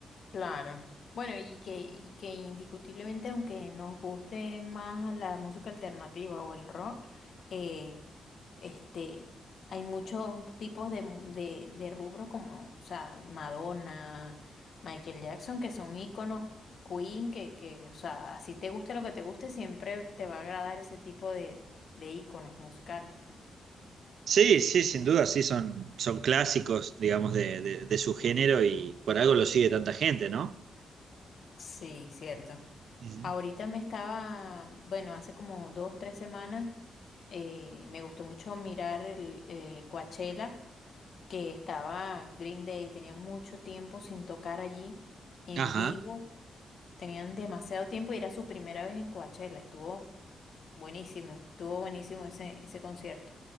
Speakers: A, on the left; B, on the right.
A: Claro. Bueno, y que, y que indiscutiblemente, aunque nos guste más la música alternativa o el rock, eh, este, hay muchos tipos de, mu- de, de rubros como, o sea, Madonna, Michael Jackson, que son íconos, Queen, que, que, o sea, así te guste lo que te guste, siempre te va a agradar ese tipo de, de, de íconos musicales, pues.
B: Sí, sí, sin duda, sí, son, son clásicos, digamos, de, de- de su género y por algo lo sigue tanta gente, ¿no?
A: Sí, cierto.
B: Ujú.
A: Ahorita me estaba, bueno, hace como dos, tres semanas, eh, me gustó mucho mirar el eh, Coachella, que estaba Green Day, tenía mucho tiempo sin tocar allí en
B: Ajá.
A: vivo, tenían demasiado tiempo y era su primera vez en Coachella, estuvo buenísimo, estuvo buenísimo ese, ese concierto.